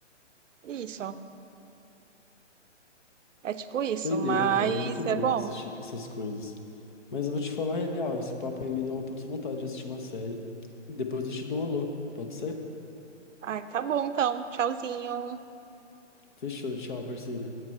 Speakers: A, on the right; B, on the left.
A: Isso. É tipo isso,
B: Doideira,
A: mas
B: cara, é muito bom
A: é bom.
B: assistir com essas coisas. Mas eu vou te falar a real, esse papo aí me deu uma puta vontade de assistir uma série. Depois eu te dou um alô, pode ser?
A: Ai, tá bom então. Tchauzinho.
B: Fechou, tchau, parceiro.